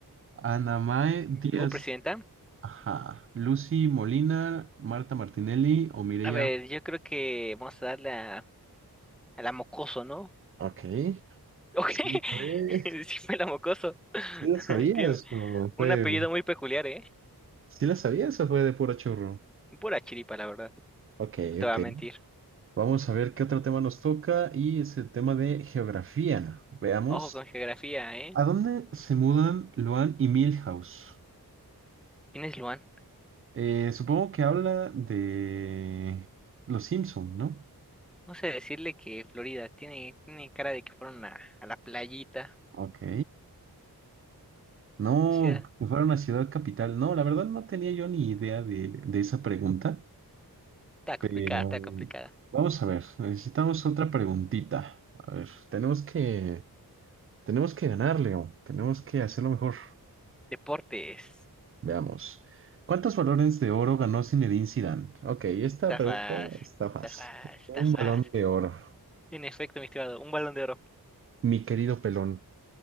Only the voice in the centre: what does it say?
¿Tuvo presidenta?
A ver, yo creo que vamos a darle a, a la mocoso, ¿no?
Ok,
<laughs>
sí fue la mocoso. <laughs>
Tiene
un
apellido muy peculiar, ¿eh?
Pura chiripa, la verdad.
No te voy
a mentir.
Ojo con geografía, ¿eh?
¿Quién es Luan?
Vamos a decirle que Florida tiene, tiene cara de que fueron a, a la playita.
Ciudad.
Está complicada,
está complicada.
Deportes.
Está
fácil,
está fácil, está
fácil.
En efecto, mi estimado, un balón de oro.